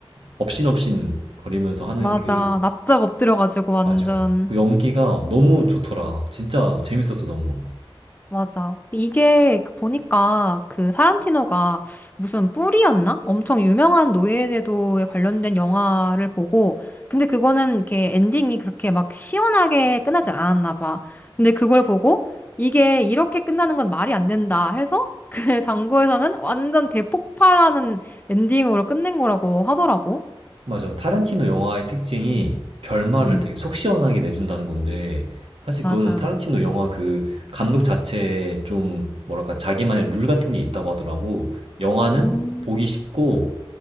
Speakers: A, on the right; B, on the left.
A: 업신업신 거리면서 하는
B: 맞아.
A: 그
B: 납작 엎드려가지고 완전.
A: 맞아. 그 연기가 너무 좋더라. 진짜 재밌었어, 너무.
B: 맞아. 이게 그 보니까 그 타란티노가 무슨 뿔이었나? 엄청 유명한 노예제도에 관련된 영화를 보고, 근데 그거는 이렇게 엔딩이 그렇게 막 시원하게 끝나진 않았나 봐. 근데 그걸 보고 이게 이렇게 끝나는 건 말이 안 된다 해서 그 <laughs> 장고에서는 완전 대폭발하는 엔딩으로 끝낸 거라고 하더라고.
A: 맞아. 타란티노 영화의 특징이
B: 음.
A: 결말을
B: 응,
A: 되게 속 시원하게 내준다는 건데, 사실
B: 맞아.
A: 그거는 타란티노 영화 그 감독 자체에 좀, 뭐랄까, 자기만의 룰 같은 게 있다고 하더라고. 영화는
B: 음.
A: 보기 쉽고,